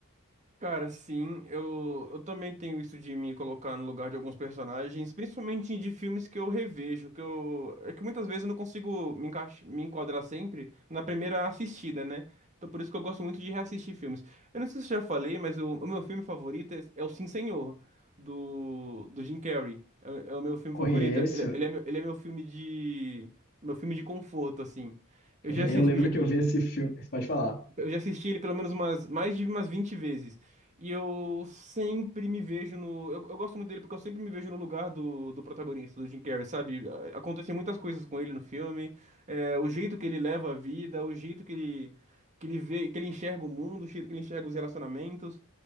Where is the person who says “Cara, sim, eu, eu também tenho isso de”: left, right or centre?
Right